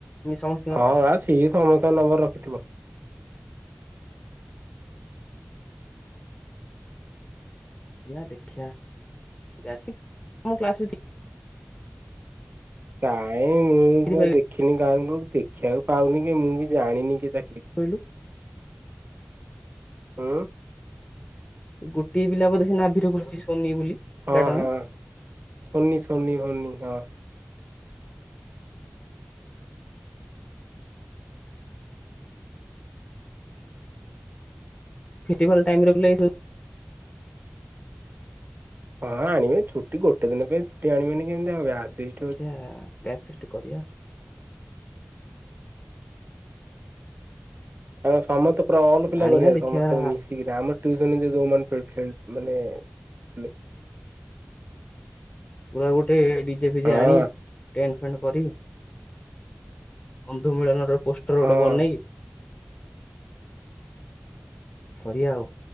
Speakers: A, on the left; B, on the right.
A: ସମସ୍ତିଙ୍କର
B: ହଁ ମା ସିଏ ସମସ୍ତଙ୍କ ନମ୍ବର ରଖିଥିବ।
A: ହଁ ଦେଖିବା ଵ୍ୟାଚ ଆମ କ୍ଲାସରୁ
B: କାଇଁ ମୁଁ
A: ଭିତରେ
B: ତ ଦେଖିନି କାଁହାକୁ ଦେଖିବାକୁ ପାଉନି କି ମୁଁ ବି ଜାଣିନି କି ତା
A: କହିଲୁ
B: ହୁଁ।
A: ଗୋଟିଏ ପିଲା ବୋଧେ ସେ ନାଭିିର କରିଛି ସୋନି ବୋଲି। ପିଲାଟା
B: ହଁ ହଁ
A: ନା
B: ସୋନି ସୋନି ହୋନି ହଁ।
A: <unintelligible>
B: ହଁ ଆଣିବେ ଛୁଟି ଗୋଟେ ଦିନ ପାଇଁ ଛୁଟି ଆଣିବେନି କେମିତି ହବ ବ୍ୟାଚ୍ ଫିଷ୍ଟ ହଉ
A: ହଁ ବ୍ୟାଚ୍ ଫିଷ୍ଟ କରିବା।
B: ଆ ସମସ୍ତେ ପୁରା ଅଲ ପିଲା
A: ଆଣିବା
B: କରିବା
A: ଦେଖିଆ
B: ସମସ୍ତେ ମିଶିକିରି ଆମ ଟିଉସନ୍ ଯୋଉ ଯୋଉମାନେ ମାନେ ଥିଲେ
A: ପୁରା ଗୋଟେ ଡିଜେ ଫିଜେ
B: ହଁ
A: ଆଣି ଟେଣ୍ଟ ଫେଣ୍ଟ କରି। ବନ୍ଧୁ ମିଳନର ପୋଷ୍ଟର
B: ହଁ
A: ଗୋଡେ ବନେଇ କରିବା ଆଉ